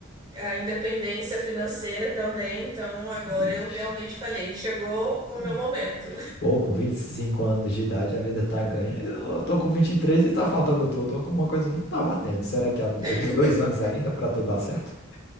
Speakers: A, on the right (about 20°); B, on the left (about 50°).
A: a independência financeira também, então agora
B: Ixi.
A: eu realmente falei, chegou o
B: Poxa.
A: meu momento.
B: Pô, com 25 anos de idade a vida tá ganha. Eu eu tô com 23 e três e tá faltando tudo. Alguma coisa não tá batendo. Será que a-
A: <laughs>
B: eu tenho dois anos ainda pra tudo dar certo?